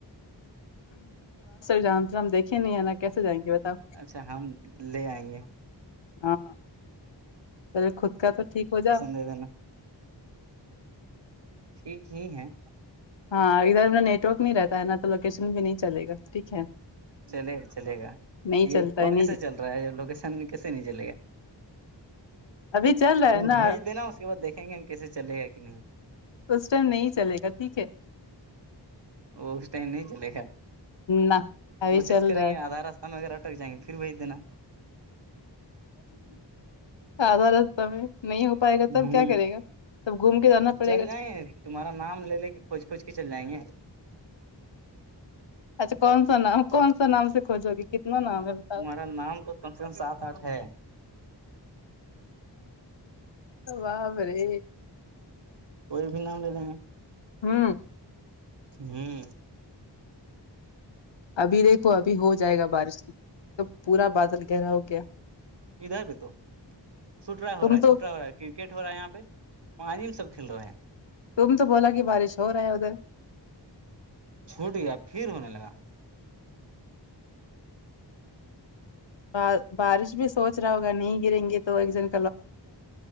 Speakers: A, on the left; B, on the right.
A: جان ہم دیکھے نہیں ہے نا کیسے جائیں گے بتاؤ
B: اچھا ہم لے آئیں گے
A: ہاں چلے خود کا تو ٹھیک ہو جاؤ
B: <unintelligible> ا ٹھیک ہی ہیں
A: ہاں ادھر اھر نیٹ ورک نہیں رہتا ہے نہ تو لوکیشن بھی نہیں چلےا ٹھیک ہے
B: چلے گا چلے گا
A: نہیں
B: یہ
A: چلتا
B: کال
A: ہے نہیں
B: کیسے چل رہا ہے لوکیشن کیسے نہیں چلے گا
A: ابھی چل رہا
B: تم
A: ہے نا
B: بھیج دینا اس کے بعد دیکھیں گے ہم کیسے چلے گا کہ نہیں
A: اس ٹائم نہیں چلے گا ٹھیک ہے
B: وہ اس ٹائم نہیں چلے گا
A: نہ ابھی
B: کوشش
A: چل
B: کریں
A: رہا
B: گے
A: ہے
B: آدھ ر ہم اگر اٹکائیں گے پھر بھیج دینا
A: آدار تیں نہیں ہو پائے گا تب
B: ہ
A: کیا کرے گا تب گھوم کے جانا پڑے
B: چل
A: گا
B: جائیں گے تمہارا نام لے کے کھج کوج کے چل جائیں گے
A: اچھا کون سا نام کون سا نام سے کھوجو گی کتنا نام ہے بتاؤ
B: تمہارا نام تو کم سے کم سات آٹھ ہے
A: باب رے
B: کوئی بھی نام لے لیں گے
A: ہوں
B: ہوں
A: ابھی دیکھو ابھی ہو جائے گا بارش پورا بادل کہہ رہا ہو کیا
B: <unintelligible> چھٹا ہو
A: تم
B: رہا ہے
A: تو
B: چھوٹا ہو رہا ہے کرکٹ ہو رہا ہے یہاں پہ وہانم سب کھیل رہا ہے
A: تم تو بولا کہ بارش ہو رہا ہے ادھر
B: چھوٹ گیا پھر ہونے لگا
A: ب بارش بھی سوچ رہا ہوگا نہیں گریں گے تو ایک دن